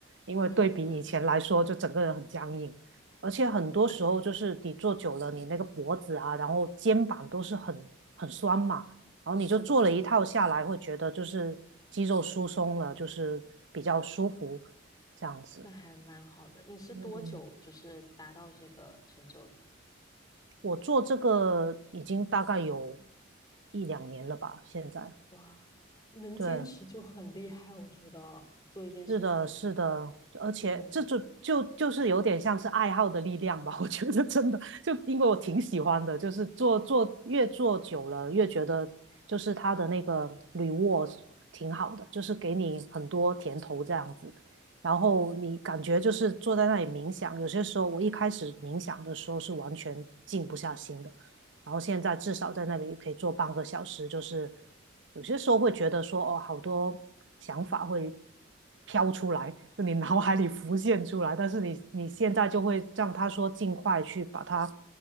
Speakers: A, on the right; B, on the left.
A: 因为对比以前来说，
B: 嗯嗯嗯嗯，
A: 就整个人很僵硬，而且很多时候就是你坐久了，
B: 那
A: 你那个脖子啊，然后肩膀都是很很酸嘛，然后你就做了一套下来，
B: 是的，
A: 会觉得就是肌肉疏松了，就是比较舒服这样子。
B: 那还蛮好的。你是多久就是达到这个成就的？
A: 嗯，我做这个已经大概有一两年了吧，现在。
B: 哇，能坚持就很厉害，
A: 对，
B: 我觉得做一件事情，
A: 是的，是的，而且这就就就是有点像是爱好的力量吧，
B: 嗯，
A: <laughs> 我觉得真的，就因为我挺喜欢的，
B: 是的，
A: 就是做做越做久了，越觉得就是它的那个 reward 挺好的，就是给你很多甜头这样子，然后你感觉就是坐在那里冥想，
B: 对，
A: 有些时候我一开始冥想的时候是完全静不下心的，然后现在至少在那边可以做半个小时，就是有些时候会觉得说，哦，好多想法会飘出来，就你脑海里浮现出来，
B: 哇，
A: 但是你你现在就会让他说尽快去把它，